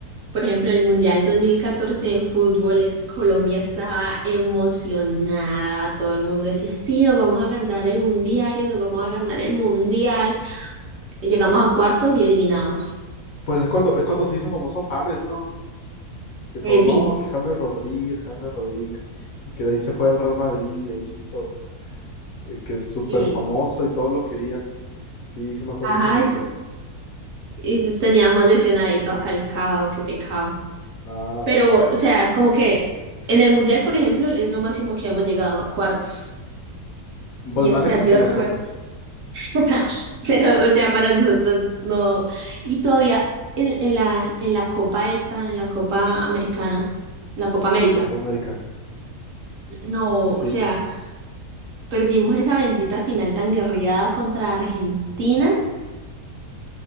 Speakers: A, on the right; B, on the left.
A: Por ejemplo, el Mundial 2014 de fútbol, es- Colombia estaba emocionada, todo el mundo decía, sí, nos vamos a ganar el Mundial y nos vamos a ganar el Mundial. Y llegamos a cuartos y eliminados.
B: Pues es cuando, es cuando se hizo famoso James, ¿no? Que todos,
A: Eh, sí,
B: no, que James Rodríguez, James Rodríguez. Y que de ahí se fue al Real Madrid y ahí se hizo, eh, que es súper
A: y,
B: famoso y todos lo querían. Sí, sí me acuerdo
A: ajá,
B: de ese mundial.
A: es- y pues teníamos lesionadito a Falcao, qué pecado.
B: Ah,
A: Pero,
B: Ramel Falcao.
A: o sea, como que en el mundial, por ejemplo, es lo máximo que hemos llegado a cuartos.
B: Pues
A: Y
B: más
A: eso
B: lejos
A: que ha sido
B: que nosotros.
A: raro. <laughs> Pero, o sea, para nosotros no. Y todavía en, en la, en la Copa esta, en la Copa Americana, en la Copa América.
B: Sí, la Copa América.
A: No,
B: Sí.
A: o sea, perdimos esa bendita final tan guerreada contra Argentina.